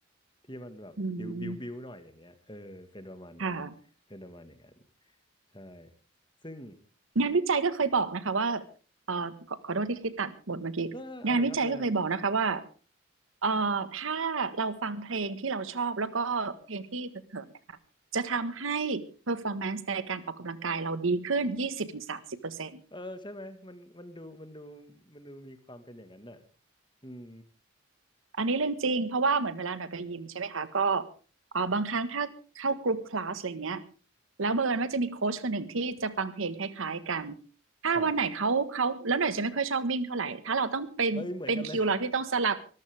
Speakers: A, on the left (about 20°); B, on the right (about 75°).
A: ที่มันแบบบิวบิวบิวหน่อยอย่างเงี้ยเออเป็นประมาณนั้น
B: อืมค่ะ
A: เป็นประมาณอย่างนั้นใช่ซึ่ง
B: งานวิจัยก็เคยบอกนะคะว่าเอ่อขอขอโทษที่ที่ตัดบทเมื่อกี้งานวิจัยก็เคยบอกนะคะว่า
A: เออเอาเลยครับเอาเลยครับ
B: เอ่อถ้าเราฟังเพลงที่เราชอบแล้วก็เพลงที่ฮึกเหิมนะคะจะทำให้ performance ในการออกกำลังกายเราดีขึ้น20-30%ถึงสามสิบเปอร์เซ็นต์
A: เออใช่ไหมมันมันดูมันดูมันดูมีความเป็นอย่างนั้นน่ะอืม
B: อันนี้เรื่องจริงเพราะว่าเหมือนเวลาหน่อยไปยิมใช่ไหมคะก็เอ่อบางครั้งถ้าเข้ากรุ๊ปคลาสอะไรเงี้ยแล้วบังเอิญว่าจะมีโค้ชคนหนึ่งที่จะฟังเพลงคล้ายๆกันถ้าวันไหนเขาเขาแล้วหน่อยจะไม่ค่อยชอบวิ่งเท่าไหร่ถ้าเราต้องเป็นเป็นคิวเราที่ต้องสลับ
A: ครับเอ้ยเหมือนกันเลย